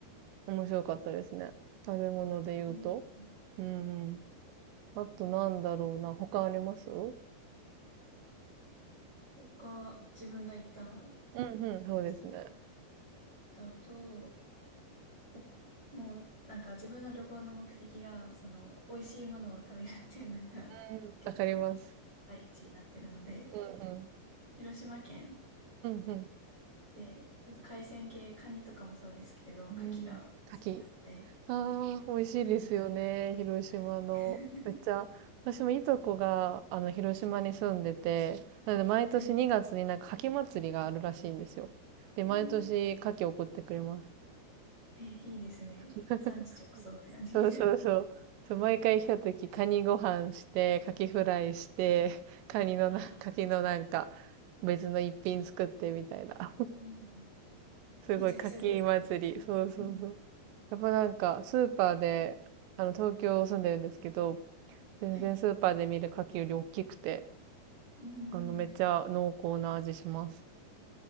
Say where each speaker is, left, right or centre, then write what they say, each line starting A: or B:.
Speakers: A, on the right; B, on the right.
A: 面白かったですね。食べ物で言うと。
B: ええ
A: うんうん。あとなんだろうな、他ありますう
B: 他、自分が行った
A: んうん、そうですね。
B: やつだと、おもう、なんか自分の旅行の目的が、その、美味しいものを食べるっていうのが <laughs>
A: うん、
B: 結構
A: わかります。
B: 第一になってるので、
A: うん
B: 広島県
A: うん。うん
B: で、ちょっと海鮮系、カニとかもそうですけど、牡蠣が好きなので、
A: うん。うん。牡蠣。ああ、美味しいですよね。
B: 牡蠣食べたくて。
A: 広島の。
B: はい。<laughs>
A: めっちゃ、私もいとこが、あの、広島に住んでて、なので毎年2月になんか牡蠣祭りがあるらしいんですよ。
B: はい。
A: で、
B: えー、
A: 毎年牡蠣送ってくれます。
B: えーいいですね。
A: <laughs>
B: 産地直送って感じ。
A: そうそうそう。そう、毎回来た時、カニご飯して、カキフライして、カニのな、
B: <laughs> ああ、
A: カキのなんか、別の一品作ってみたいな。
B: うん
A: すごい、
B: めちゃくちゃ贅沢ですね。
A: かき祭り。そうそうそう。
B: うん。
A: やっぱなんか、スーパーで、あの、東京住んでるんですけど、全然スーパーで見る牡蠣より大きくて、
B: はい。うん。
A: あの、めっちゃ濃厚な味します。